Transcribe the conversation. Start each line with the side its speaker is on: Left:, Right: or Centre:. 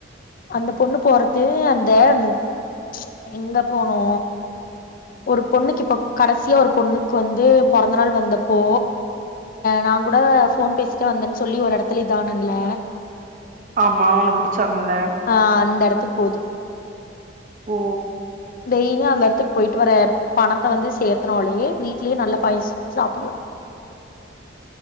Left: அந்த பொண்ணு போறது அந்த ச் எங்க போனு ஒரு பொண்ணுக்கு இப்ப கடைசியா ஒரு பொண்ணுக்கு வந்து பொறந்த நாள் வந்த அப்போ நா கூட போன் பேசிட்டே வந்தேன்னு சொல்லி ஒரு இடத்துல இத ஆனல்ல
Right: ஆமா உன்ன புடிச்சாங்கல
Left: ஆ அந்த இடத்துக்கு போது
Right: ஓ
Left: டெய்லியு அந்த இடத்துக்கு போயிட்டு வர பணத்த வந்து சேர்த்தனாலயே வீட்லயே நல்ல பாயாசோ செஞ்சு சாப்பிடலா